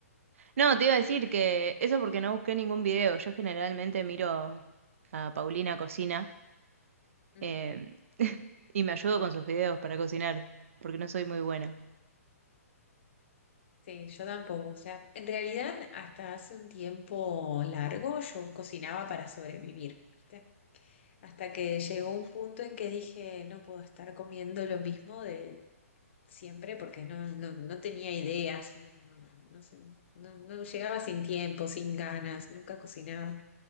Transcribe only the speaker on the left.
Ujú.
Sí, yo tampoco. O sea, en realidad hasta hace un tiempo largo yo cocinaba para sobrevivir, ¿viste? Hasta que llegó un punto en que dije, no puedo estar comiendo lo mismo de siempre porque no, no, no tenía ideas, no, no, no, no sé, no, no llegaba sin tiempo, sin ganas, nunca cocinaba.